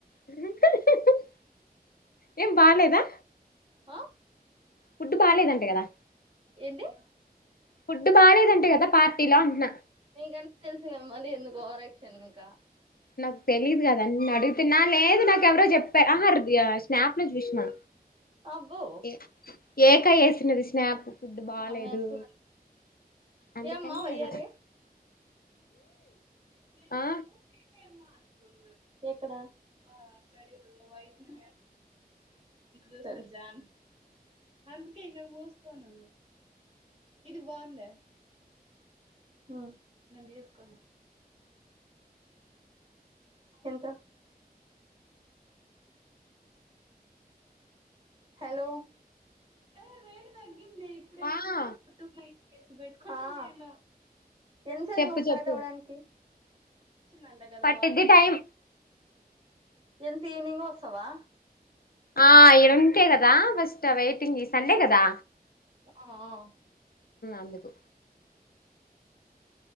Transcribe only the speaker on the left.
హా హ్మ్ ఏం బాలేదా
ఫుడ్ బాలేదంట కదా
ఫుడ్ బాలేదంట కదా పార్టీలో అంటున్నా
నాకు తెలీదు కదా నిన్ను అడుగుతున్నా లేదు నాకెవరో చెప్పారు ఆహా స్నాప్ లో చూసిన
ఏ ఏకా వేసినది స్నాప్ ఫుడ్ బాలేదు
అందుకని
అడుగు
ఆ
ఆ
చెప్పు
చెప్పు
పట్టిద్ది
టైం
ఆ ఇడుంటే కదా బస్ వెయిటింగ్ సండే కదా
అందుకు